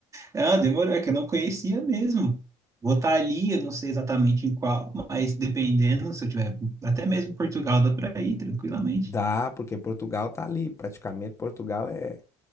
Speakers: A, on the right; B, on the left.
A: Ah, demorou, é que eu não conhecia mesmo. Vou estar ali, eu não sei exatamente em qual, mas dependendo, se eu tiver até mesmo em Portugal, dá para ir tranquilamente.
B: Dá, porque Portugal tá ali, praticamente Portugal é